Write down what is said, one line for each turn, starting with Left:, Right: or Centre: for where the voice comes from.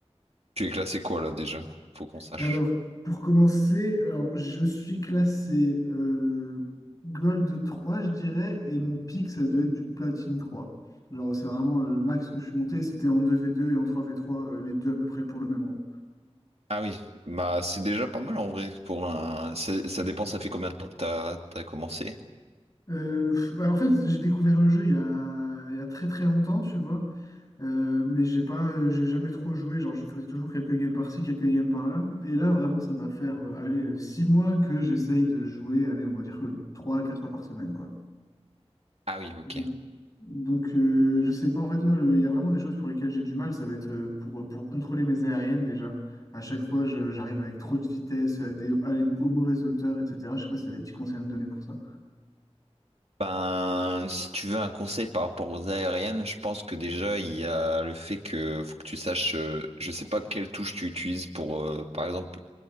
Right: Tu es classé quoi là déjà? Faut qu'on sache.
Left: Alors, pour commencer, alors, je suis classé euh, Gold 3 je dirais, et mon pic, ça a dû être du Platine trois Genre, c'est vraiment euh, le max que je suis monté. C'était en deux v deux et en trois v trois euh, les deux à peu près pour le même rang.
Right: Ah oui, bah c'est déjà pas mal en vrai pour un. Ça, ça dépend, ça fait combien de temps que t'as t'as commencé?
Left: Euh, pff, bah, en fait, j'ai découvert le jeu il y a, il y a très très longtemps, tu vois, Euh, mais j'ai pas, euh, j'ai jamais trop joué. Genre, je faisais toujours quelques games par-ci, quelques games par-là. Et là, vraiment, ça doit faire, euh, allez, euh, six mois que j'essaye de jouer, allez, on va dire que trois à quatre fois par semaine, quoi.
Right: Ah oui, ok.
Left: Donc, donc, euh, je sais pas, en fait, moi, le- il y a vraiment des choses pour lesquelles j'ai du mal. Ça va être euh, pour, euh, pour contrôler mes aériennes déjà. À chaque fois, je- j'arrive avec trop de vitesse, à des, à les- aux mauvaises hauteurs, etc. Je sais pas si t'as des petits conseils à me donner pour ça.
Right: Ben, si tu veux un conseil par rapport aux aériennes, je pense que déjà il y a le fait que faut que tu saches, euh, je sais pas quelle touche tu utilises pour, euh, par exemple,